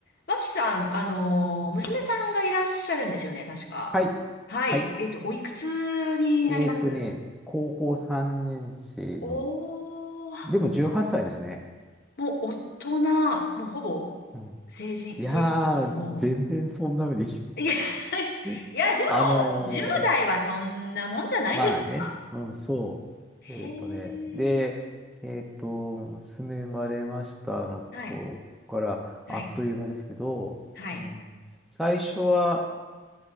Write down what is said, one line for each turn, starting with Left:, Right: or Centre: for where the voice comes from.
Left: 脇さん、あのー、娘さんがいらっしゃるんですよね、確か。
Centre: はい。
Left: はい。
Centre: はい。
Left: えっと、おいくつになります
Centre: えーっとね、高校3年生の、
Left: おー、
Centre: でも18歳ですね。
Left: じゃあもう大人、もうほぼ成人、
Centre: うん。いやー、
Left: 成人式がも
Centre: 全然そんな目でいい。
Left: う。いや、
Centre: <laughs>
Left: いや、でも、
Centre: あのー
Left: 10代はそんなもんじゃないですか。
Centre: まあね、うん、そう。
Left: へ
Centre: えーっとね、で、
Left: え。
Centre: えーっと、娘生まれましたの頃から、
Left: はい、はい、
Centre: あっという間ですけど、
Left: はい、
Centre: うん、最初は、